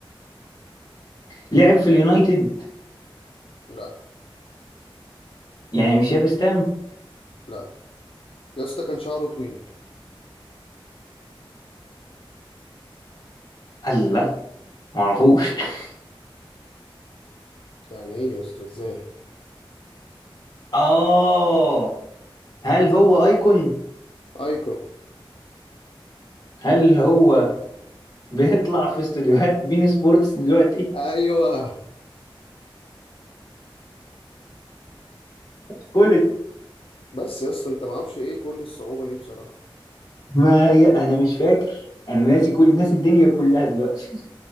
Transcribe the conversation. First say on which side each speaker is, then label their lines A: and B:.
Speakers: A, on the left; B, on the left.
A: لعب في اليونايتد
B: لا
A: يعني مش يابس تام
B: لا يا اسطى كان شعره طويل
A: الله معرفوش <laughs>
B: يعني ايه يا اسطى ازاي
A: اه هل هو ايكون
B: ايكون
A: هل هو بيطلع في استوديوهات بين سبورتس دلوقتي
B: ايوه
A: كل
B: بس يا اسطى انت معرفش ايه كل الصعوبة دي بصراحة
A: ما هي انا مش فاكر انا ناسي كل ناسي الدنيا كلها دلوقتي